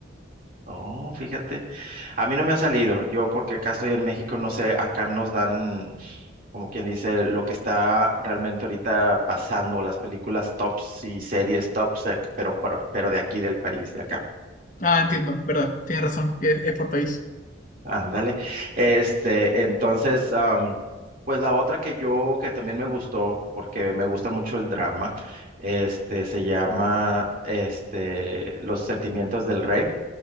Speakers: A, on the right; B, on the left.
A: oh, fíjate. A mí no me ha salido, yo porque acá estoy en México, no sé, acá nos dan, como quien dice, lo que está realmente ahorita pasando, las películas tops y series tops, eh, pero, pero, pero de aquí del país, de acá.
B: Ah, entiendo, verdad, tienes razón, es, es por país.
A: Ándale. Este, entonces, am, pues la otra que yo, que también me gustó, porque me gusta mucho el drama, este, se llama, este, Los sentimientos del rey,